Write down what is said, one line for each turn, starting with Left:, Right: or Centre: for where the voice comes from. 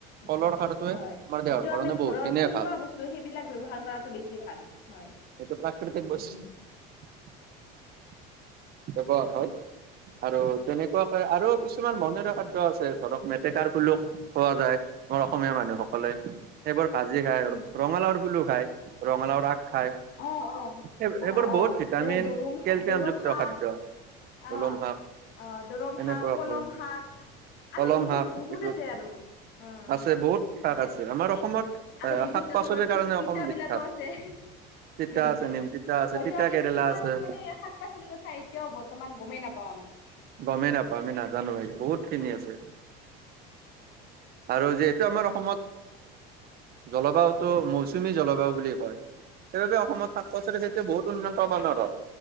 Right: কলৰ
Left: বহুত
Right: সাৰটোৱে
Left: হয়,
Right: আমাৰ দেহৰ
Left: যিটো
Right: কাৰণে
Left: আমি
Right: বহুতখিনিয়ে
Left: ঘৰৰ থলুৱা
Right: ভাল
Left: বস্তু সেইবিলাক ব্যৱহাৰ কৰাতো বেছি বেছি ভাল হয়।
Right: এইটো প্ৰাকৃতিক বস্তু
Left: উম
Right: ব্যৱহাৰ হয় আৰু তেনেকুৱাকৈ আৰু কিছুমান বন খাদ্য আছে ধৰক মেটেকাৰ ফুলক পোৱা যায়। আমাৰ অসমীয়া মানুহসকলে সেইবোৰ ভাজি খায়
Left: উম
Right: ৰঙালাৱৰ ফুলো খায় ৰঙালাৱৰ আগ খায়।
Left: অ', অ',
Right: সেই সেইবোৰ
Left: অ',
Right: বহুত
Left: অ',
Right: ভিটামিন
Left: যেনে দৰুম
Right: কেলচিয়ামযুক্ত
Left: দৰুম শাক।
Right: খাদ্য কলম
Left: অ',
Right: শাক
Left: অ', দৰম
Right: এনেকুৱাকৈ
Left: শাক, কলম শাক।
Right: কলম
Left: আৰু বহুত
Right: শাক
Left: বহুত
Right: এইটোত
Left: আছে আৰু অ',
Right: আছে
Left: হয়
Right: বহুত শাক
Left: হয়
Right: আছে আমাৰ অসমত
Left: আৰু
Right: এ
Left: বিভিন্ন
Right: শাক পাচলিৰ
Left: ধৰণৰ তি
Right: কাৰণে অসম
Left: তিতা
Right: বিখ্যাত
Left: বিলাকো আছে।
Right: তিতা
Left: উম
Right: আছে নিম তিতা আছে
Left: হয়তো
Right: তিতা
Left: আমি
Right: কেৰেলা
Left: কিছুমান
Right: আছে।
Left: মানে শাক পাচলিৰ কথা এতিয়াও বৰ্তমান গমেই নাপাও আমি।
Right: গমেই নাপায় আমি নাজানোয়ে বহুত
Left: <inaudible>
Right: খিনি আছে
Left: উম,
Right: আৰু যিহেতু আমাৰ অসমত জলবায়ুটো মৌচুমী জলবায়ু বুলি কয় সেইবাবে অসমত শাক পাচলি খাই বহুত উন্নত মানৰ